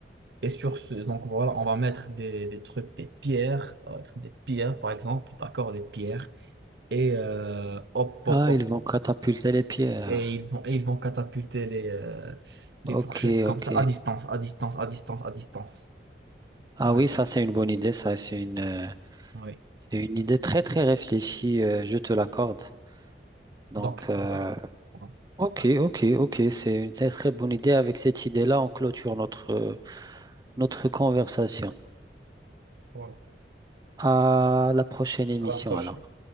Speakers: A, on the right; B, on the right.
A: et sur ce, donc voilà, on va mettre des, des trucs, des pierres, ça va être des pierres par exemple, d'accord, des pierres. Et euh, hop,
B: Ah,
A: hop, hop.
B: ils vont catapulter les pierres.
A: Et ils vont, et ils vont catapulter les, euh, les fourchettes
B: Ok,
A: comme
B: ok.
A: ça, à distance, à distance, à distance, à distance.
B: Ah
A: Ça va
B: oui,
A: être.
B: ça, c'est une bonne idée. Ça, c'est une, euh,
A: Oui.
B: c'est une idée très, très réfléchie. euh, je te l'accorde. Donc,
A: Donc,
B: euh,
A: ouais. Voilà.
B: ok, ok, ok, c'est une très très bonne idée. Avec cette idée-là, on clôture notre, euh, notre conversation.
A: Voilà.
B: À la prochaine émission,
A: À la prochaine.
B: alors.